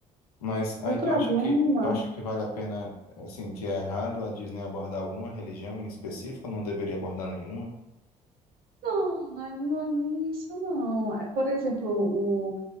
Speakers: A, on the left (about 80°); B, on the right (about 55°).
A: Mas aí
B: o problema.
A: tu acha que, tu acha que vale a pena, assim, que é errado a Disney abordar alguma religião em específico, não deveria abordar nenhuma?
B: Não, não é, não é nem isso, não. É, por exemplo, o,